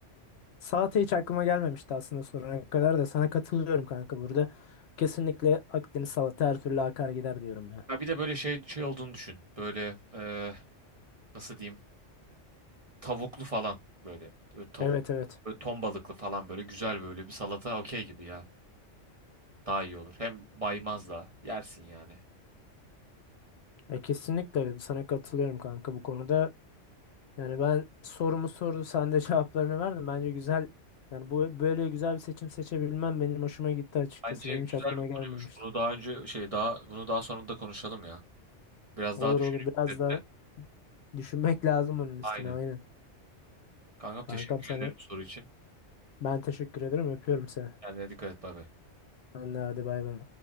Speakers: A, on the left; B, on the right.
A: salata hiç aklıma gelmemişti aslında sorana kadar da sana katılıyorum kanka burada. Kesinlikle Akdeniz salata her türlü akar gider diyorum ya.
B: Ya bir de böyle şey şey olduğunu düşün. Böyle eee, nasıl diyeyim? Tavuklu falan böyle. Böyle tavuk,
A: Evet evet.
B: böyle ton balıklı falan böyle güzel böyle bir salata okey gibi ya. Daha iyi olur. Hem baymaz da yersin yani.
A: Ya kesinlikle sana katılıyorum kanka bu konuda. Yani ben sorumu sordu, sen de <laughs> cevaplarını verdin. Bence güzel. Yani bu böyle güzel bir seçim seçebilmem benim hoşuma gitti açıkçası.
B: Bence
A: Benim
B: güzel
A: hiç aklıma
B: bir
A: gelmemişti.
B: konuymuş. Bunu daha önce şey daha bunu daha sonra da konuşalım ya. Biraz
A: Olur
B: daha düşünüp
A: olur biraz
B: üzerine.
A: da düşünmek lazım onun üstüne
B: Aynen.
A: aynen.
B: Kankam
A: Kankam
B: teşekkür
A: sana
B: ederim soru için.
A: ben teşekkür ederim. Öpüyorum seni.
B: Kendine dikkat et bay bay.
A: Anne hadi bay bay.